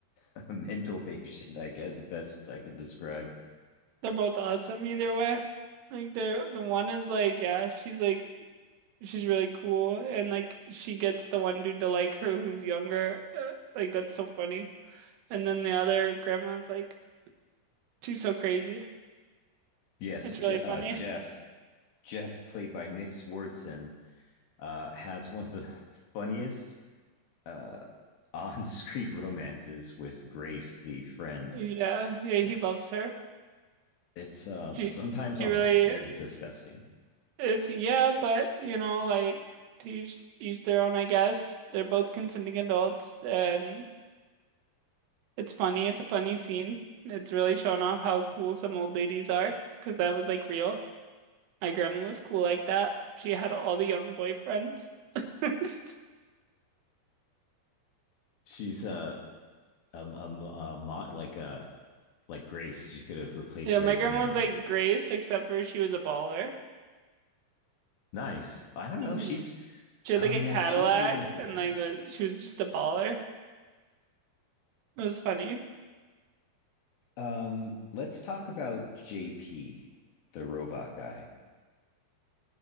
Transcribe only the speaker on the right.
They're both awesome either way. Like they're the one is like, yeah, she's like she's really cool and like she gets the one dude to like her who's younger. Uh, like that's so funny. And then the other grandma's like, she's so crazy.
It's
really funny.
Yeah, yeah, he
loves her.
She
she
really
It's yeah, but you know, like to each each their own, I guess. They're both consenting adults, and it's funny. It's a funny scene. It's really showing off how cool some old ladies are, because that was like real. My grandma was cool like that. She had all the young boyfriends. <laughs>
Yeah,
my grandma
was like Grace, except for she was a baller.
hmm
She had
like a
Cadillac,
and
like was, she was just a baller. It was funny.